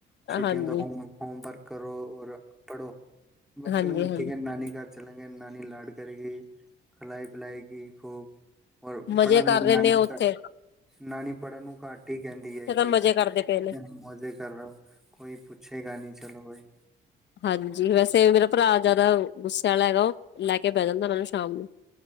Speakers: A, in the centre; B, on the left (about 65°).
A: ਛੁੱਟੀਆਂ
B: ਹਾਂਜੀ,
A: ਦਾ ਹੋ ਹੋਮ ਵਰਕ ਕਰੋ ਔਰ ਪੜ੍ਹੋ ਬੱਚੇ
B: ਹਾਂਜੀ-ਹਾਂਜੀ
A: ਕਹਿੰਦੇ ਠੀਕ ਹੈ ਨਾਨੀ ਘਰ ਚਲਾਂਗੇ ਨਾਨੀ ਲਾਡ ਕਰੇਗੀ ਖਲਾਈ ਪਿਲਾਈ ਗੀ ਖੂਬ ਹੋਰ
B: ਮਜ਼ੇ
A: ਪੜ੍ਹਨ ਨੂੰ
B: ਕਰ ਰਹੇ
A: ਨਾਨੀ
B: ਨੇ ਉੱਥੇ
A: ਨਾਨੀ ਪੜ੍ਹਨ ਨੂੰ ਘੱਟ ਹੀ ਕਹਿੰਦੀ
B: ਇੱਥੇ
A: ਹੈ
B: ਤਾਂ
A: ਕਿ
B: ਮਜ਼ੇ ਕਰਦੇ ਪਏ ਨੇ।
A: ਮਜ਼ੇ ਕਰ ਲੋ ਕੋਈ ਪੁੱਛੇਗਾ ਨੀ ਚਲੋ ਕੋਈ
B: ਹਾਂਜੀ ਵੈਸੇ ਮੇਰਾ ਭਰਾ ਜਿਆਦਾ ਗੁੱਸੇ ਵਾਲਾ ਹੈਗਾ ਉਹ ਲੈ ਕੇ ਬਹਿ ਜਾਂਦਾ ਓਹਨਾਂ ਨੂੰ ਸ਼ਾਮ ਨੂੰ